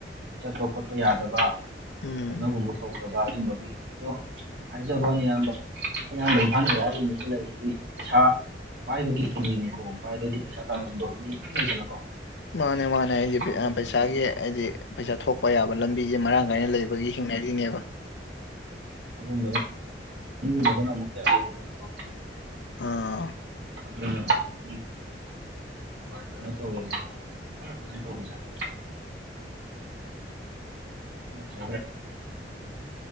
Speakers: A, on the right (about 70°); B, on the left (about 80°).
A: ꯆꯠꯄ ꯈꯣꯠꯄ ꯌꯥꯗꯕ
B: ꯎꯝ
A: ꯀꯩꯅꯣꯒꯨꯝꯕ ꯇꯧ ꯖꯑꯗꯨꯝꯕꯒꯤ ꯑꯗꯣ ꯍꯥꯏꯖꯕꯅꯤ ꯏꯌꯥꯝꯕ ꯏꯌꯥꯝꯕꯒꯤ ꯂꯩꯔꯤꯁꯤꯗꯤ ꯄꯩꯁꯥ ꯄꯥꯏꯕꯒꯤ ꯍꯤꯡꯉꯤꯅꯦꯀꯣ ꯄꯥꯏꯕꯗꯤ ꯄꯩꯁꯥ ꯇꯥꯟꯐꯝꯗꯣꯅ ꯃꯤ ꯌꯥꯝ ꯂꯩꯗꯅꯀꯣ
B: ꯃꯥꯅꯦ ꯃꯥꯅꯦ ꯑꯩꯗꯤ
A: ꯑꯗꯨꯒ
B: ꯄꯩꯁꯥꯒꯤ ꯍꯥꯏꯗꯤ ꯄꯩꯁꯥ ꯊꯣꯛꯄ ꯌꯥꯕ ꯂꯝꯕꯤꯁꯦ ꯃꯔꯥꯡ ꯀꯥꯏꯅ ꯂꯩꯕꯒꯤ ꯍꯤꯡꯅꯔꯤꯅꯦꯕ
A: ꯪꯒꯤꯨꯝ ꯃꯗꯨꯅ ꯑꯃꯨꯛ ꯑꯗꯅꯀꯣ <inaudible>
B: ꯑꯥ
A: <inaudible> ꯀꯩꯅꯣ ꯇꯧꯋꯦꯃꯥꯏꯅ ꯇꯧꯕꯁꯦ <inaudible> ꯅꯠꯇ